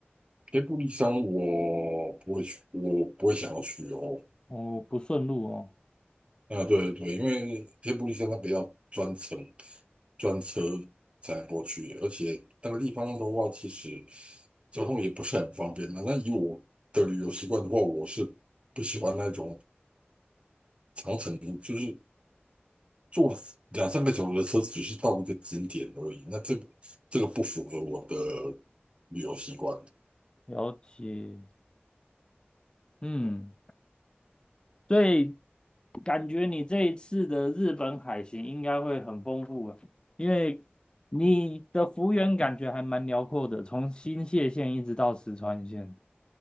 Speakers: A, on the right; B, on the left.
A: 黑布利山我不会去，我不会想要去哦。
B: 哦，不顺路哦，
A: 啊，对对，因为黑布利山它比较专程专车才能过去，而且那个地方的话，其实交通也不是很方便的。那以我的旅游习惯的话，我是不喜欢那种长程，就是坐两三个小时的车，只是到一个景点而已。那这这个不符合我的旅游习惯。
B: 了解，嗯。所以感觉你这一次的日本海行应该会很丰富啊，因为你的幅员感觉还蛮辽阔的，从新泻县一直到石川县，